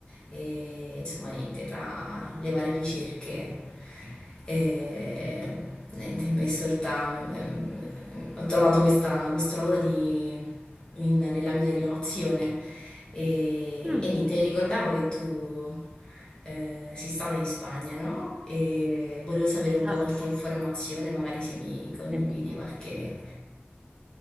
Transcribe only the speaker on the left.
e insomma niente, tra le varie ricerche e niente, mi è sorta, ehm, ho trovato questa- questo lavoro di- in- nell'ambito dell'innovazione e,
e niente, ricordavo che tu eh, sei stata in Spagna, no? E volevo sapere un po'
qualche informazione, magari se mi condividi
qualche,